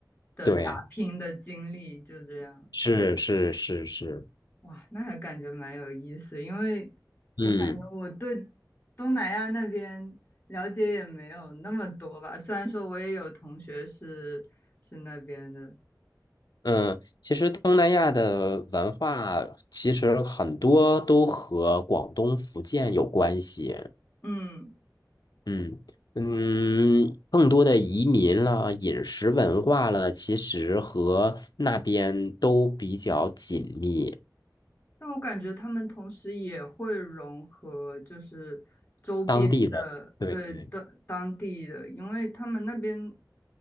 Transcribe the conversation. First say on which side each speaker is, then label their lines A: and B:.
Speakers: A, on the left; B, on the left.
A: 的打拼的经历就这样，
B: 对，是是是是，
A: 哇，那还感觉蛮有意思，因为
B: 嗯
A: 我感觉我对东南亚那边了解也没有那么多吧，虽然说我也有同学是是那边的，
B: 嗯，其实东南亚的文化其实很多都和广东、福建有关系。
A: 嗯。
B: 嗯嗯，更多的移民了、饮食文化了，其实和那边都比较紧密，
A: 但我感觉他们同时也会融合，就是周边的，
B: 当地的。对对。
A: 对，当当地的，因为他们那边